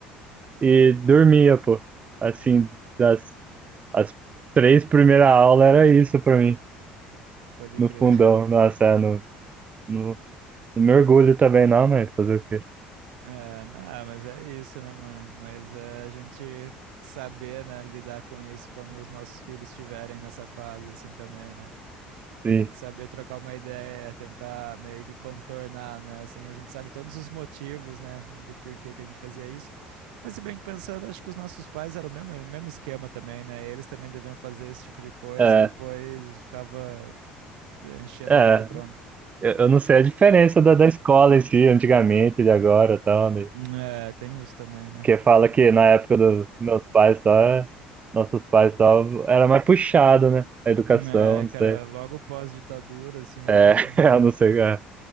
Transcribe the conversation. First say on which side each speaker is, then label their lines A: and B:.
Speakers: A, on the right; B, on the right.
A: e dormia, pô. Assim, das as três primeiras aulas era isso pra mim,
B: pode
A: no
B: crer.
A: fundão,
B: <laughs>
A: nossa, é, no, no, não mergulho também não, mas fazer o quê?
B: É, não, mas é isso, né, mano? Mas é a gente saber, né, lidar com isso quando os nossos filhos estiverem nessa fase, assim, também, né?
A: Sim.
B: A gente saber trocar uma ideia, tentar meio que contornar, né? Assim, a gente sabe todos os motivos, né, do porquê que a gente fazia isso. Mas se bem que pensando, acho que os nossos pais eram o mesmo, mesmo esquema também, né? Eles também deviam fazer esse tipo de coisa
A: É,
B: e depois ficava enchendo
A: é,
B: a gente de bronca.
A: Eu, eu não sei a diferença da, da escola em si, antigamente, de agora e tal, né?
B: É, tem isso também, né?
A: Porque fala que na época dos meus pais, tal, é- nossos pais, tal, era mais puxado, né? A educação,
B: É,
A: não
B: cara,
A: sei.
B: logo pós-ditadura, assim,
A: É,
B: acho,
A: <laughs>
B: né?
A: eu não sei. É.